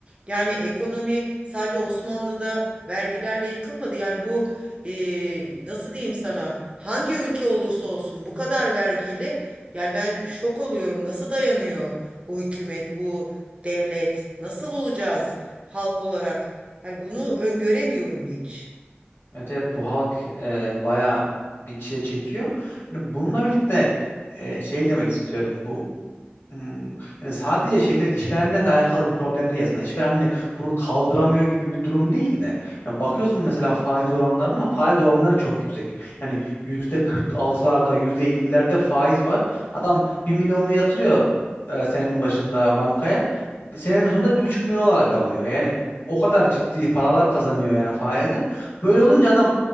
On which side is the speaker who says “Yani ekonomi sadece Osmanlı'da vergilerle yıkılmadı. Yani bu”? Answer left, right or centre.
Right